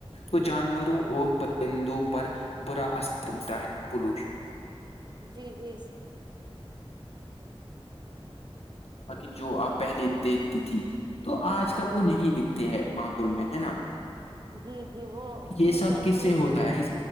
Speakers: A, on the left (about 85°); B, on the right (about 45°).
A: کو جانوروں اور پرندوں پر برا اثر دیتا ہے پولوشن-
B: جی جی
A: <unintelligible> کہ جو آپ پہلے دیکھتی تھی- تو اج کل وہ نہیں دکھتے ہیں ماحول میں ہے نا-
B: جی-جی وہ
A: یہ
B: جیب
A: سب
B: جنتو
A: کس سے ہوتا ہے یہ